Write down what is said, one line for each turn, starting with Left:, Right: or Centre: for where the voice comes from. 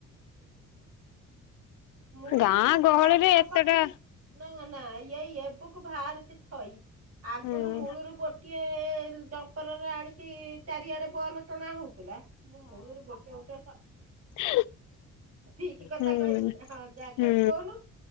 Right: <inaudible> ମୁଳୁରୁ
Left: ଗାଁ ଗହଳିରେ
Right: ଜପର
Left: ଏତେଟା
Right: ପାକାଇକି ନା ନା ଏଇ ଆକୁ ବାହାରୁଛି ଛଇ ଆଗରୁ
Left: ହୁଁ
Right: ମୂଳରୁ ଗୋଟେ ଟିଏ ଜଡମ୍ପରରେ ଆଣିକି ଚାରିଆଡ଼େ ବଲ୍ ଟଣା ହୋଉଥିଲା। ମୁଁ ମୂଳରୁ ଗୋଟେ ଗୋଟେ
Left: ହ
Right: ଠିକ କଥା
Left: ହୁଁ
Right: କହିନି ହଁ ଯାହା କହିଲୁ
Left: ହୁଁ
Right: କହୁନୁ